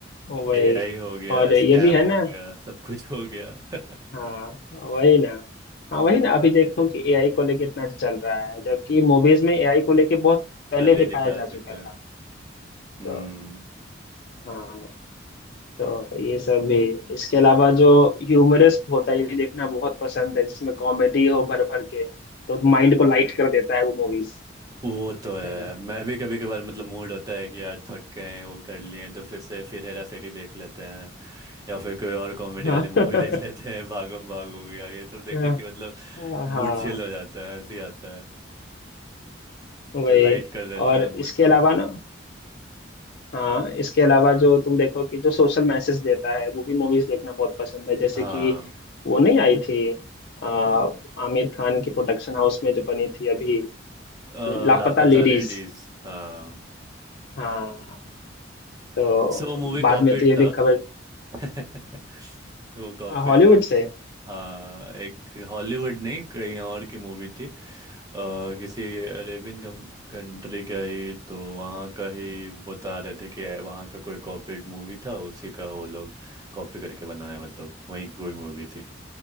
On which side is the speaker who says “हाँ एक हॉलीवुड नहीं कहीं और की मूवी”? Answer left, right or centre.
Right